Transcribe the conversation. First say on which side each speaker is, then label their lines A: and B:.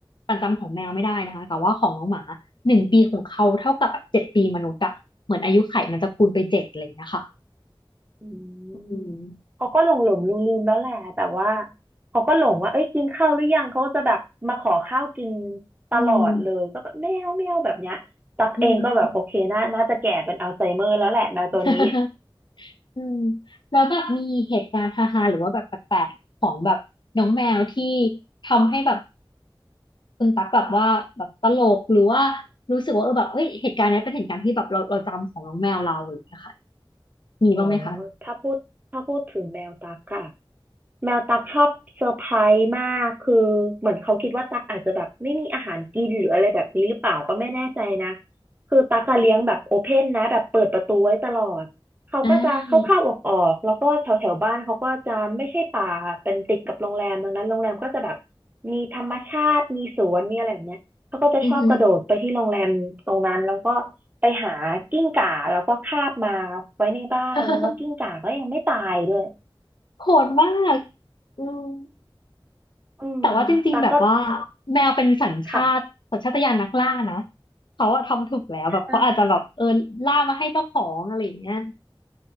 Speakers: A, on the left; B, on the right.
A: ประจำของแมวไม่ได้นะคะ แต่ว่าของน้องหมาหนึ่งปีของเขาเท่ากับแบบเจ็ดปีมนุษย์อะเหมือนอายุไขมันจะคูณไปเจ็ดอะไรอย่างเงี้ยค่ะ
B: อื
A: อืม
B: มเขาก็หลงหลงลืมลืมๆแล้วแหละแต่ว่าเขาก็หลงว่าเอ้ยกินข้าวหรือยังเขาก็จะแบบมาขอข้าวกินตลอดเลยก็แบบแมวแมวแบบเนี้ยตักเองก็แบบโอเคน่าน่าจะแก่เป็นอัลไซเมอร์แล้วแหละแมวตัวนี้
A: อืมอืม <laughs> อืมแล้วแบบมีเหตุการณ์ฮาๆหรือว่าแบบแปลกๆของแบบน้องแมวที่ทำให้แบบคุณตั๊กแบบว่าแบบตลกหรือว่ารู้สึกว่าเออแบบเอ้ยเหตุการณ์เนี้ยเป็นเหตุการณ์ที่แบบเราเราจำของน้องแมวเราอะไรอย่างเงี้ยค่ะ มีบ้างไหมคะ
B: โอ้ถ้าพูดถ้าพูดถึงแมวตักค่ะ แมวตักชอบเซอร์ไพรส์มากคือเหมือนเขาคิดว่าตักอาจจะแบบไม่มีอาหารกินหรืออะไรแบบนี้หรือเปล่าก็ไม่แน่ใจนะคือตักอะเลี้ยงแบบโอเพ่นนะแบบเปิดประตูไว้ตลอดเขาก็จะเข้าเข้าออกออกๆแล้วก็แถวแถวบ้านเขาก็จะไม่ใช่ป่าเป็นติดกับโรงแรมดังนั้นโรงแรมก็จะแบบ
A: อ่า
B: มีธรรมชาติมีสวนมีอะไรแบบเนี้ยเขาก็จะชอบกระโดดไปที่โรงแรมตรงนั้นแล้วก็
A: อือหือ
B: ไปหากิ้งก่าแล้วก็คาบมาไว้ในบ้านแล้วก็กิ้งก่าก็ยังไม่ตายด้วย
A: <laughs> โหดมากอืม
B: อืมตาก็
A: แต่ว่าจริงๆแบบว่าแมวเป็นสัญชาติสัญชาตญาณนักล่านะ
B: ค่ะ
A: เขาอะทำถูกแล้วแบบเขาอาจจะแบบเออล่ามาให้เจ้าของอะไรอย่างเงี้ย
B: ใช่